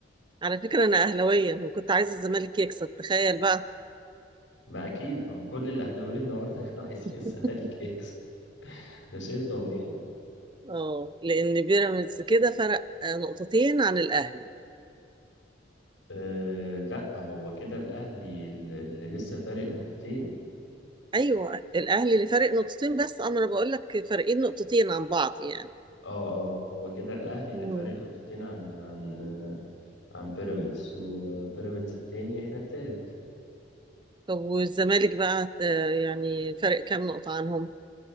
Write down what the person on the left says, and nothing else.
ما اكيد ما هو كل الاهلاويه النهارده <laughs> كانوا عايزين
الزمالك يكسب ده شيء طبيعي
أه لا هو كده الاهلي اللي اللي لسه فارق نقطتين
اه اه هو كده الاهلي اللي
فارق نقطتين عن عن آه، عن بيراميدز وبيراميدز التاني احنا التالت